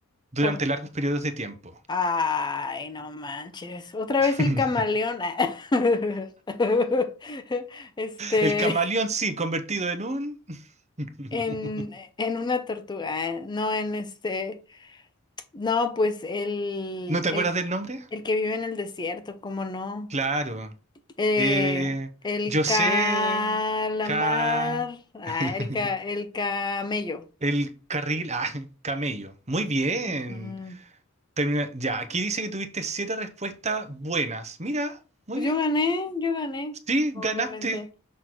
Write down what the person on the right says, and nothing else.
Durante
largos periodos de tiempo.
<laughs>
El camaleón, sí, convertido en un... <laughs>
¿No te acuerdas
del nombre?
Claro.
Eh,
yo
sé... Ca...
<laughs>
El carril... Ah, camello. Muy bien.
Termina- Ya, aquí dice que tuviste siete respuestas buenas. Mira, muy
bien.
Sí,
ganaste.